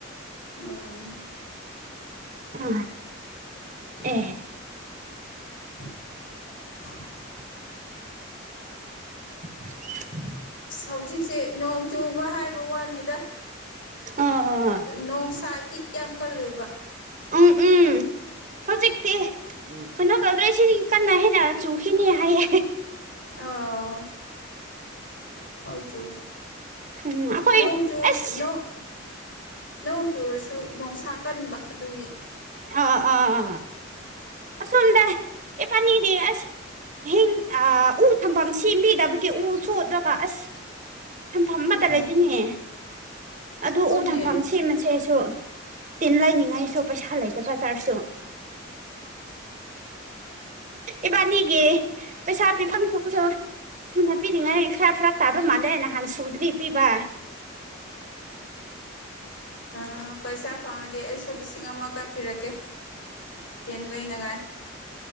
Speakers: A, on the left; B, on the right.
A: ꯑꯥ꯫
B: ꯑ ꯑꯦ꯫
A: <unintelligible> <inaudible>
B: <inaudible>
A: ꯁ ꯍꯧꯖꯤꯛꯁꯦ ꯅꯣꯡ ꯆꯨꯕ ꯍꯥꯏꯕ ꯋꯥꯅꯤꯗ
B: ꯑꯥ
A: ꯅꯣꯡꯁꯥ ꯍꯤꯠ ꯌꯥꯝ ꯀꯜꯂꯦꯕ꯫
B: ꯎꯝ ꯎꯝ꯫ ꯍꯧꯖꯤꯛꯇꯤ ꯀꯩꯅꯣ ꯇꯧꯗ꯭ꯔ ꯁꯤꯗꯤ ꯀꯟꯅ ꯍꯦꯟꯅ ꯆꯨꯈꯤꯅꯤ ꯍꯥꯏꯌꯦ꯫
A: ꯑꯣ ꯍꯣꯏ꯫ ꯆ
B: ꯎꯝ ꯑꯩꯈꯣꯏ
A: ꯅꯣꯡ ꯆ
B: ꯑꯁ
A: ꯅꯣꯡ꯫ ꯅꯣꯡ ꯆꯨꯔꯁꯨ ꯣꯡꯁꯥ ꯀꯟꯕ ꯑꯗꯨꯒꯤ
B: ꯑ ꯑꯥ ꯑꯥ ꯑꯁꯗ ꯑꯦ ꯐꯅꯤꯗ ꯌꯥꯁ ꯍꯤꯡ ꯎ ꯊꯝꯐꯝ ꯁꯦꯝꯕꯤꯗꯕꯒꯤ ꯎ ꯁꯣꯗꯒ ꯑꯁ ꯊꯝꯐꯝ ꯑꯃꯠꯇ
A: ꯎꯝ
B: ꯂꯩꯇꯦꯅꯦ ꯑꯗꯨ
A: ꯍꯣꯏꯅꯦ
B: ꯎ ꯊꯝꯐꯝ ꯁꯦꯝꯃꯁꯦꯁꯨ ꯇꯤꯟ ꯂꯩꯅꯤꯡꯉꯥꯏꯁꯨ ꯄꯩꯁꯥ ꯂꯩꯇꯕ ꯕꯖꯥꯔꯁꯨ ꯏꯕꯥꯅꯤꯒꯤ ꯄꯩꯁꯥ ꯄꯤꯐꯝ ꯊꯣꯛꯁꯨ ꯁꯨ ꯅꯞꯄꯤꯅꯤꯡꯉꯥꯏ ꯈꯔꯞ ꯈꯔꯥꯛ ꯇꯥꯕ ꯃꯥꯜꯂꯦ ꯅꯍꯥꯟ ꯁꯨꯗ꯭ꯔꯤꯕ ꯄꯤꯕ
A: ꯑ ꯄꯩꯁꯥ ꯐꯥꯉꯗ ꯁꯁꯤꯁꯤꯡꯃ ꯀ ꯄꯤꯔꯛꯀꯦ ꯇꯦꯟ ꯂꯩꯅꯉꯥꯏ